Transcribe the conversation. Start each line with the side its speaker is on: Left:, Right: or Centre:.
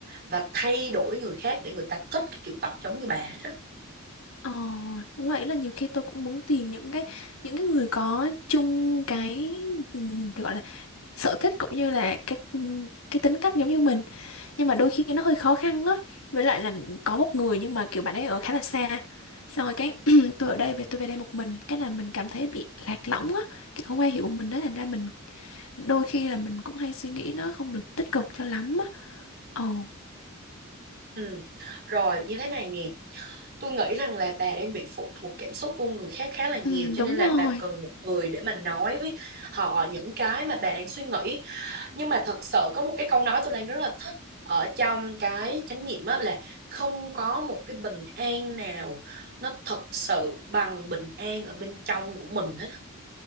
Right: và thay đổi người khác để người ta thích cái kiểu tóc giống như bà hết đó.
Left: ờ, đúng vậy là nhiều khi tôi cũng muốn tìm những cái những cái người có chung cái ừ, gọi là sở thích cũng như là cái cái tính cách giống như mình nhưng mà đôi khi nó hơi khó khăn á với lại là có một người nhưng mà kiểu bạn ấy ở khá là xa xong rồi cái <clears throat> tôi ở đây về tôi về đây một mình cái là mình cảm thấy bị lạc lõng á kiểu không ai hiểu mình đó thành ra mình đôi khi là mình cũng hay suy nghĩ nó không được tích cực cho lắm á ồ
Right: Ừ. Rồi như thế này nè, tôi nghĩ rằng là bà đang bị phụ thuộc cảm xúc của người khác khá là nhiều
Left: ừ,
Right: cho
Left: đúng
Right: nên là
Left: rồi
Right: bà cần một người để mà nói với họ những cái mà bà đang suy nghĩ nhưng mà thật sự có một cái câu nói tôi đang rất là thích ở trong cái chánh niệm á là không có một cái bình an nào nó thật sự bằng bình an ở bên trong của mình hết